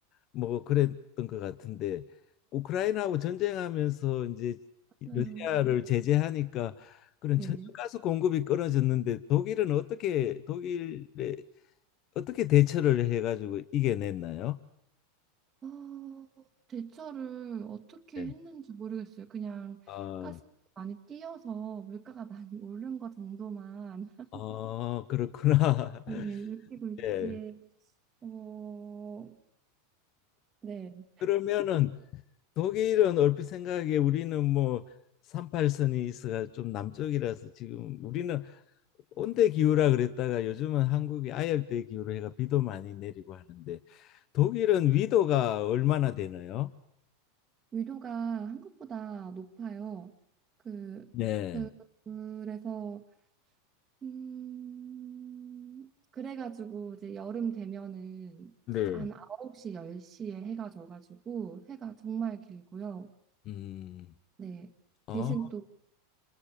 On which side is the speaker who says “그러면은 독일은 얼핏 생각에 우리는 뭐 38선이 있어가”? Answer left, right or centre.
Left